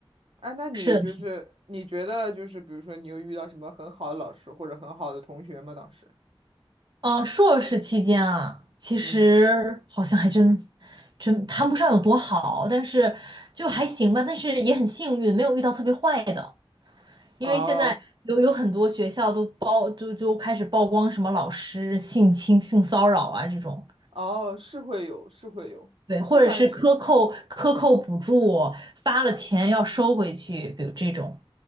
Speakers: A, on the right; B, on the right.
A: 哎，那你就是你觉得就是比如说你有遇到什么很好的老师或者很好的同学吗？
B: 是的
A: 当时？
B: 嗯，硕士期间啊，其实好像还真
A: 嗯。
B: 真谈不上有多好，但是就还行吧。但是也很幸运，没有遇到特别坏的，因为现在有有很多学校都曝就就开始曝光什么老师性侵、
A: 哦
B: 性骚扰啊这种，
A: 哦，是会有，是会有。
B: 对，或者是克扣克扣补助，
A: 我感觉
B: 发了钱要收回去，比如这种。